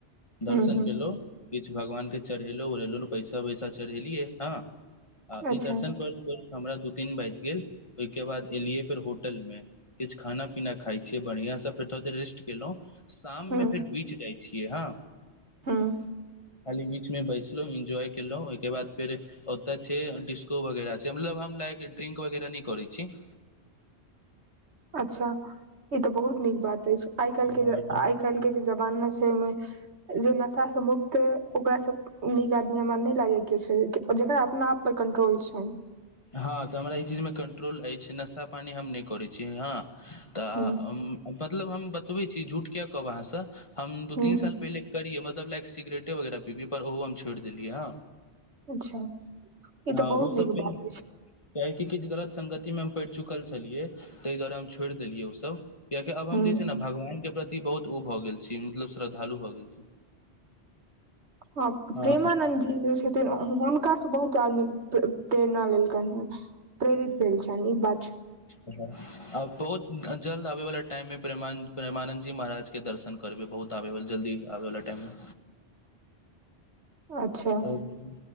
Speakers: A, on the left; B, on the right.
A: दर्शन
B: ह ह
A: केलौ किछ भगवान के चढ़ेलहुँ उढ़ेलहु र पैसा वैसा चढ़ेलियै हँ आ ई
B: अच्छा
A: दर्शन कर फेर हमरा दू तीन बाजि गेल ओहिके बाद एलियै फेर होटल मे किछ खाना पीना खाइ छियै बढ़ियां स फेर रेस्ट केलौं शाम
B: ह
A: मे फेर बीच जाइ छियै हँ
B: हूं
A: खाली बीच मे बैसलौं एन्जॉय केलौं ओहिके बाद फेर ओतय छै डिस्को वगैरह छै मतलब हम लायक ड्रिंक वगैरह नय करै छी <inaudible>
B: अच्छा ई तऽ बहुत नीक बात अछि आइ
A: हम
B: काल्हि के आइ काल्हि के जे जमाना छै ओईमे जे नशा से मुक्त ओकरा सब नीक आदमी हमरा नय लागेैया कियो छै जेकरा अपना आप पर कंट्रोल छै
A: हँ तऽ हमरा ई चीज मे कंट्रोल अछि नशा पानि हम नय करै छी हँ तऽ
B: ह
A: हम मतलब हम बतबै छी झूठ किया कहु अहाँसँ हम दू
B: ह
A: तीन साल पहिले करियै मतलब लक सिगरेटो वैगारह पीबियै पर ओहो हम छोड़ि दिलियै हँ
B: अच्छा ई
A: ह
B: तऽ बहुत
A: ओ सब
B: नीक
A: केले
B: बात अछि
A: कियाकि किछ गलत संगति मे हम पड़ि चुकल छेलियै तय दुआरे हम छोड़ देलियै ओसब कियाकि आब
B: ह
A: हम जे छै न भगवान के प्रति बहुत उ भऽ गेल छी मतलब श्रद्धालु भऽ गेल छी
B: हं
A: हँ
B: प्रेमानन्द जी जे छैथिन हुनका स बहुत आदमी प्रेरणा लेलकैन हेँ प्रेरित भेल छनि इ बात छै
A: आ बहुत जल्द आबे वाला टाइम मे प्रेमानन्द जी महाराज के दर्शन करबै बहुत आबैवला जल्दी आबैवला टाइम मे
B: अच्छा
A: अच्छा